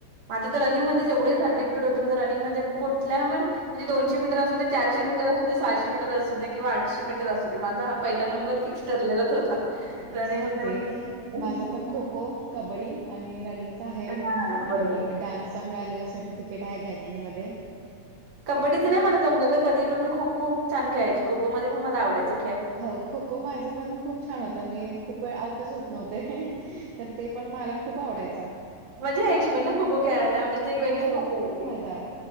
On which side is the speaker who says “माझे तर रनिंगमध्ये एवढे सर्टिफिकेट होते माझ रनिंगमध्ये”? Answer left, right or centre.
Right